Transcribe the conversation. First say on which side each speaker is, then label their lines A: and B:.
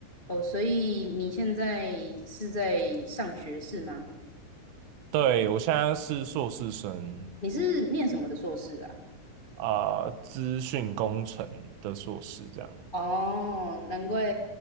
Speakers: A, on the left; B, on the right.
A: 哦，所以你现在是在上学是吗？
B: 对，我现在是硕士生
A: 你是念什么的硕士啊？
B: 啊，资讯工程的硕士这样。
A: 哦，难怪